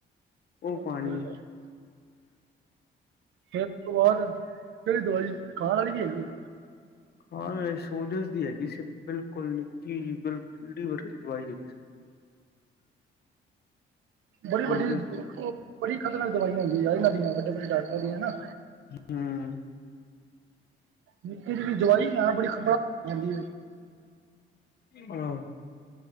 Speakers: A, on the left; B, on the right.
A: ਉਹ
B: ਚਲ
A: ਪਾਣੀ
B: ਕੋਈ ਗਲ ਨੀ। ਫੇਰ ਉਸ ਤੋਂ ਬਾਅਦ, ਫੇਰ ਦਵਾਈ ਖਾਣ ਵਾਲੀ ਵੀ ਹੈਗੀ ਆ?
A: ਹਾਂ ਸੋਜਸ ਦੀ ਹੈਗੀ ਸੀ ਬਿਲਕੁਲ ਨਿੱਕੀ ਜਿਹੀ, ਬਿਲਕੁਲ ਵਰਗੀ ਦਵਾਈ ਹੈਗੀ। ਸੀ।
B: ਬੜੀ
A: ਸੋਜਸ
B: ਵੱਡੀ,
A: ਦੀ
B: ਬੜੀ ਖ਼ਤਰਨਾਕ ਦਵਾਈਆਂ ਹੁੰਦੀ ਯਾਰ ਇਹਨਾਂ ਦੀਆਂ ਵੱਡੇ ਵੱਡੇ ਡਾਕਟਰਾਂ ਦੀਆਂ, ਹਨਾ।
A: ਹਮ।
B: ਨਿੱਕੇ ਜਿ ਵੀ ਦਵਾਈ, ਹਾਂ ਬੜੀ ਖਤਰਨਾਕ ਹੁੰਦੀ।
A: ਹਾਂ